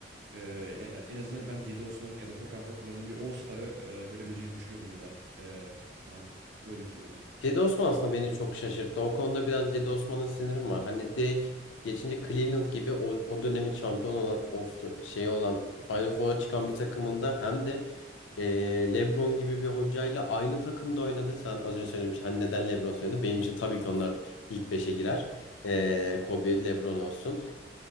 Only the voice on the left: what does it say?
Cedi Osman aslında beni çok şaşırttı. O konuda biraz Cedi Osman'a sinirim var. Hani direkt geçince Cleveland gibi o, o dönemin şampiyon olan o st- şey olan Final Four'a çıkan bir takımında hem de eee, LeBron gibi bir hocayla aynı takımda oynadı. Sen az önce söylemiş hani neden LeBron söyledi? Benim için tabii ki onlar ilk beşe girer. Eee Kobe, LeBron olsun.